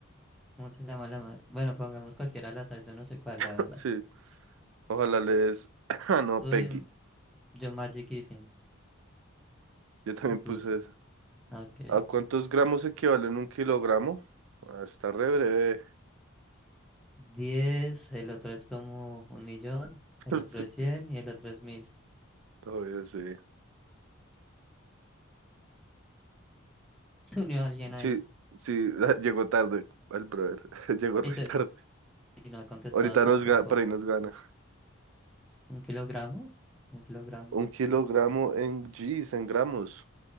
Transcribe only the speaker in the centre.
¿Cómo se llama la madre? Bueno, pongamos cualquiera al azar, yo no sé cuál,
la verdad.
Uy,
m- yo Magic Kiffin
le puse.
Ah, Ok.
diez el otro es como un millón, el
otro
es 100 y el otro es mil
<laughs> Se unió alguien ahí.
Y, se-
y no ha contestado
tampoco.
¿Un kilogramo? Un kilogramo.
son-